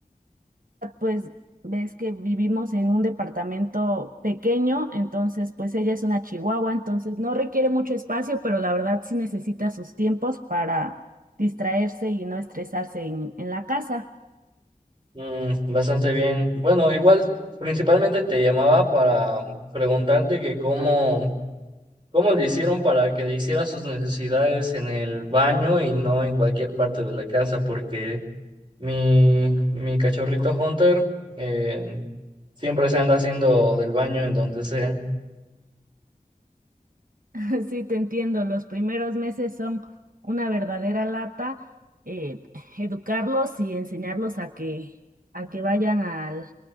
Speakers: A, on the right; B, on the right.
A: pues ves que vivimos en un departamento pequeño, entonces pues ella es una chihuahua, entonces no requiere mucho espacio, pero la verdad sí necesita sus tiempos para distraerse y no estresarse en en la casa.
B: Mm, bastante bien. Bueno, igual principalmente te llamaba para preguntarte que cómo, cómo le hicieron para que le hiciera sus necesidades en el baño y no en cualquier parte de la casa, porque Mi, mi cachorrito Hunter eh, siempre se anda haciendo del baño en donde sea.
A: <laughs> Sí, te entiendo. Los primeros meses son una verdadera lata. eh, educarlos y enseñarlos a que, a que vayan al-